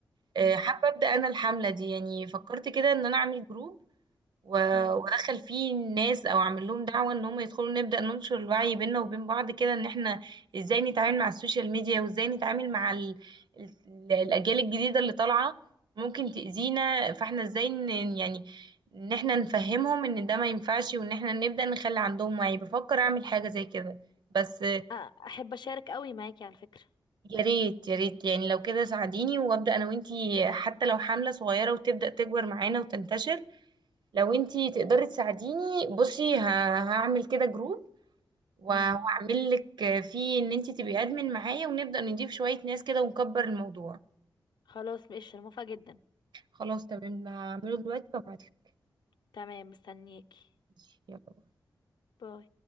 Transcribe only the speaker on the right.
آه،
حابة ابدأ انا الحملة دي يعني فكرت كده ان انا اعمل جروب و-
ودخل فيه الناس او عامل لهم دعوه ان هم يدخلوا نبدا ننشر الوعي بيننا وبين بعض كده ان احنا ازاي نتعامل مع السوشيال ميديا وازاي نتعامل مع ال... ال- الاجيال الجديده اللي طالعه ممكن تاذينا فاحنا ازاي ن... يعني ان احنا نفهمهم ان ده ما ينفعش وان احنا نبدا نخلي عندهم وعي بفكر اعمل حاجه زي كده بس
يا ريت يا ريت يعني لو كده ساعديني وابدا انا وانتي حتى لو حمله صغيره وتبدا تكبر معانا وتنتشر لو انتي تقدري تساعديني بصي ه- هعمل كده جروب وهعمل
لك فيه ان انتي تبقي ادمن معايا ونبدأ نضيف شوية ناس كده ونكبر الموضوع
خلاص تمام هعمله دلوقتي وابعتلك
ماشي، يلا